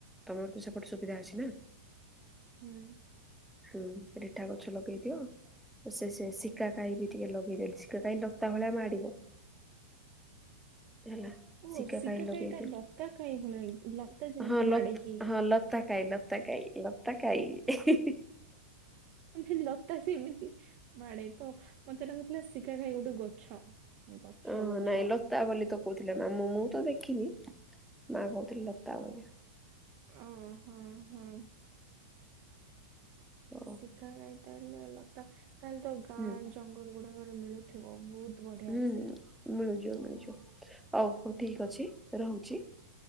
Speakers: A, in the centre; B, on the right.
A: ତମର ତ ସେପଟେ ସୁବିଧା ଅଛି ନା।
B: ହୁଁ।
A: ହୁଁ ରିଠା ଗଛ ଲଗେଇଦିଅ। ସେ ସେ ଶିକାକାଇ ବି ଟିକେ ଲଗେଇଦେଲି ଶିକା କାଇ ଲତା ଭଳିଆ ମାଡିବ। ହେଲା।
B: ଓ
A: ଶିକା
B: ଶିକାକାଇ
A: କାଇ ଲଗେଇ
B: ଟା
A: ଦିଅ
B: ଲତା କାଇ ଭଳିଆ ଲତା ଯେମିତି
A: ହଁ ଲତ
B: ମାଡେ କି
A: ହଁ ଲତା କାଇ ଲ ଆତା କାଇ ଲତା କାଇ।
B: ଉଁହୁଁ ଲତା ସେମିତି ମାଡ଼େ ତ ମତେ ଲାଗୁଥିଲା ଶିକା ଖାଇ ଗୋଟେ ଗଛ। ଗଛ
A: ଓ
B: ଗଛ
A: ନାଇଁ ଲ ତା ବୋଲି ତ କହୁଥିଲେ ମା ମୁଁ ମୁଁ ତ ଦେଖିନି। ମାଆ କହୁଥିଲେ ଲତା ଭଳିଆ।
B: ଅ ହଁ ହଁ ହଁ
A: ଓ
B: ଶିଖା କାଇ ତାଏଲେ ଲତା ତାହେଲେ ତ ଗାଁ
A: ହୁଁ
B: ଜଙ୍ଗଲ ଗୁଡାକରେ ମିଳୁଥିବ ବହୁତ। ବଢିଆ
A: ହୁଁ
B: ସେ
A: ହୁଁ ମିଳୁଯିବ ମିଳିଯିବ ହୋଉ ଠିକ୍ ଅଛି ରହୁଚି।